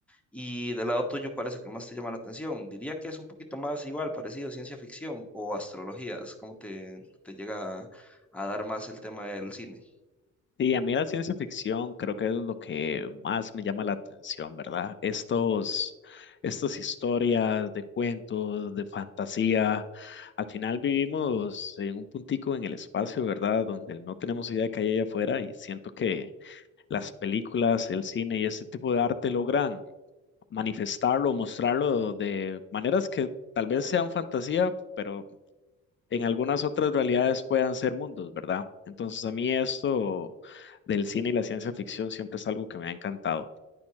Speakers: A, in the centre; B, on the left (about 40°).
A: Y del lado tuyo, ¿cuál es el que más te llama la atención? Diría que es un poquito más igual, parecido a ciencia ficción o astrología. Es como te, te llega a dar más el tema del cine.
B: Sí, a mí la ciencia ficción creo que es lo que más me llama la atención, ¿verdad? Estos, estas historias de cuentos, de fantasía. Al final vivimos en un puntico en el espacio, ¿verdad? Donde no tenemos idea que hay allá afuera y siento que las películas, el cine y este tipo de arte logran manifestarlo, mostrarlo de maneras que tal vez sean fantasía, pero en algunas otras realidades puedan ser mundos, ¿verdad? Entonces a mí esto del cine y la ciencia ficción siempre es algo que me ha encantado.